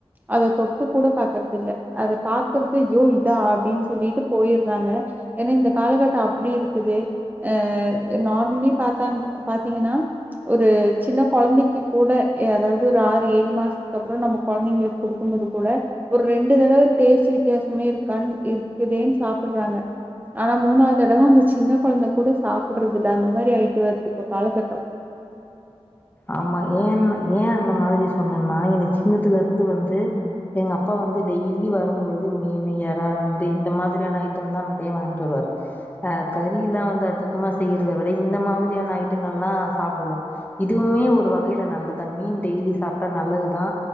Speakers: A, on the right; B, on the left.
A: அத தொட்டு கூட பாக்றதில்ல அத பாக்குறத யோ இதா அப்டின் சொல்லிட்டு போயிறாங்க ஏனா இந்த காலகட்ட அப்டி இருக்குது அ நார்மிலி பாத்தாங் பாத்தீங்கனா ஒரு சின்ன கொழந்தைக்கு கூட எ அதாவ்து ஒரு ஆறு ஏழு மாசத்துக்கப்றோ நம்ம குழந்தைங்களுக்கு குடுக்கும்போது கூட ஒரு ரெண்டு தடவ டேஸ்ட் வித்தியாசமே இருக்கான் இருக்குதேன் சாப்பிட்றாங்க ஆனா மூணாவ்து தடவ அந்த சின்ன கொழந்த கூட சாப்பிட்றதில்ல அந்த மாரி ஆயிட்டு வருது இப்ப காலகட்டோ
B: ஆமா ஏன் ஏ அந்த மாதிரி சொன்னேன்னா என்ன சின்னத்துலருந்து வந்து எங்கப்பா வந்து டெய்லி வரும்பொழுது மீனு எறா நண்டு இந்த மாத்ரியான ஐட்டம் தா நறைய வாங்கிட்டு வருவாரு ஆ கறிலா வந்து அதிகமா செய்றத விட இந்த மாத்ரியான ஐட்டங்கள்லா சாப்டுவோ இதுவுமே ஒரு வகையில நல்லதான் மீன் டெய்லி சாப்ட்டா நல்லது தா